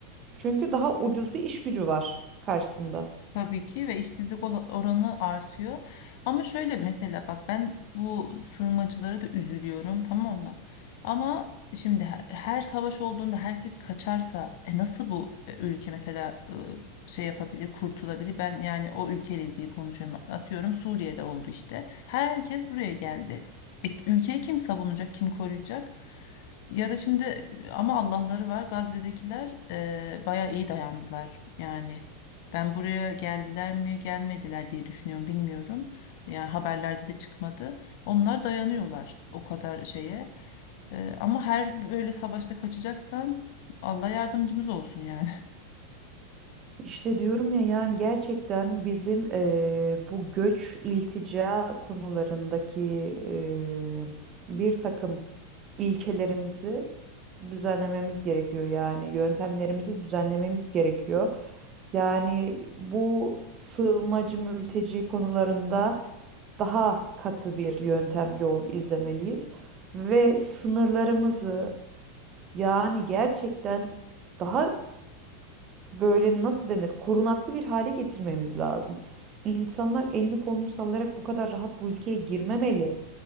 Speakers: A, on the right; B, on the left.
A: Çünkü daha ucuz bir iş gücü var karşısında.
B: Tabii ki ve işsizlik ola- oranı artıyor. Ama şöyle mesela bak ben bu sığınmacılara da üzülüyorum tamam mı? Ama şimdi he- her savaş olduğunda herkes kaçarsa e nasıl bu e, ülke mesela e, şey yapabilir, kurtulabilir? Ben yani o ülkeyle ilgili konuşuyorum. Atıyorum Suriye'de oldu işte. Herkes buraya geldi. E, ülkeyi kim savunacak, kim koruyacak? Ya da şimdi ama Allah'ları var Gazze'dekiler e, bayağı iyi dayandılar yani. Ben buraya geldiler mi gelmediler diye düşünüyorum bilmiyorum. Yani haberlerde de çıkmadı. Onlar dayanıyorlar o kadar şeye. Ee, ama her böyle savaşta kaçacaksan Allah yardımcımız olsun yani.
A: İşte diyorum ya yani gerçekten bizim eee, bu göç iltica konularındaki eee, bir takım ilkelerimizi düzenlememiz gerekiyor. Yani yöntemlerimizi düzenlememiz gerekiyor. Yani bu sığınmacı mülteci konularında daha katı bir yöntem yol izlemeliyiz ve sınırlarımızı yani gerçekten daha böyle nasıl denir korunaklı bir hale getirmemiz lazım. İnsanlar elini kolunu sallayarak bu kadar rahat bu ülkeye girmemeli.